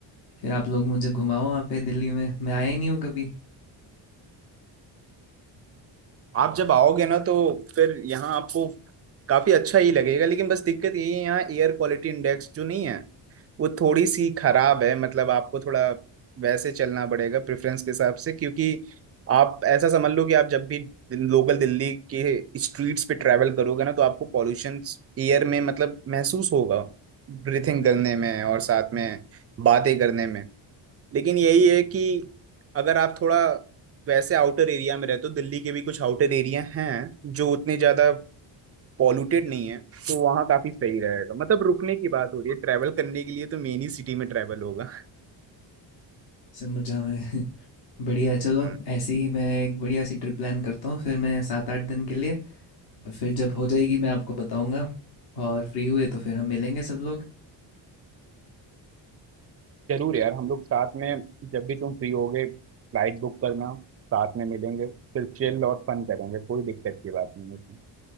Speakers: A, on the left (about 50°); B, on the right (about 35°).
A: फिर आप लोग मुझे घुमाओ वहाँ पे दिल्ली में मैं आया ही नहीं हूँ कभी
B: आप जब आओगे ना तो फिर यहाँ आपको काफी अच्छा ही लगेगा लेकिन बस दिक्कत यही है यहाँ एयर क्वालिटी इंडेक्स जो नहीं है वो थोड़ी सी खराब है मतलब आपको थोड़ा वैसे चलना पड़ेगा प्रेफरेंस के हिसाब से क्योंकि आप ऐसा समझ लो कि आप जब भी लोकल दिल्ली के स्ट्रीट्स पे ट्रैवल करोगे ना तो आपको पॉल्यूशन एयर में मतलब महसूस होगा ब्रीथिंग करने में और साथ में बातें करने में लेकिन यही है कि अगर आप थोड़ा वैसे आउटर एरिया में रहते हो दिल्ली के भी कुछ आउटर एरिया हैं जो उतने ज़्यादा पॉल्यूटेड नहीं है तो वहाँ काफी सही रहेगा मतलब रुकने की बात हो रही है ट्रैवल करने के लिए तो मेन ही सिटी में ट्रैवल होगा
A: सब मजा में <laughs> बढ़िया है चलो
B: हम्म।
A: ऐसे ही मैं एक बढ़िया सी ट्रिप प्लान करता हूँ फिर मैं सात आठ दिन के लिए और फिर जब हो जाएगी मैं आपको बताऊँगा और फ्री हुए तो फिर हम मिलेंगे सब लोग
B: जरूर यार हम लोग साथ में जब भी तुम फ्री होगे फ्लाइट बुक करना साथ में मिलेंगे फिर चिल और फन करेंगे कोई दिक्कत की बात नहीं होती